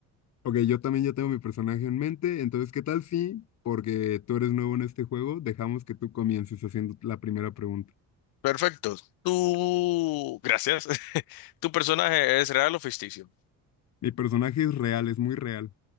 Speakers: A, on the left; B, on the left.
A: Ok, yo también ya tengo mi personaje en mente, entonces, ¿qué tal si, porque tú eres nuevo en este juego, dejamos que tú comiences haciendo la primera pregunta?
B: Perfecto. Tú, gracias. <laughs> ¿Tu personaje es real o ficticio?
A: Mi personaje es real, es muy real.